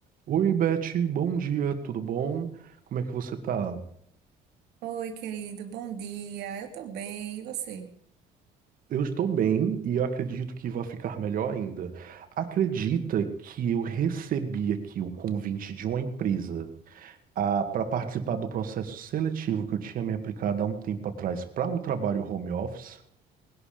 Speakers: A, on the right; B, on the right.
A: Oi, Beth, bom dia, tudo bom? Como é que você tá?
B: Oi, querido, bom dia. Eu tô bem, e você?
A: Eu estou bem e acredito que vai ficar melhor ainda. Acredita que eu recebi aqui o convite de uma empresa para participar do processo seletivo que eu tinha me aplicado há um tempo atrás para um trabalho home office?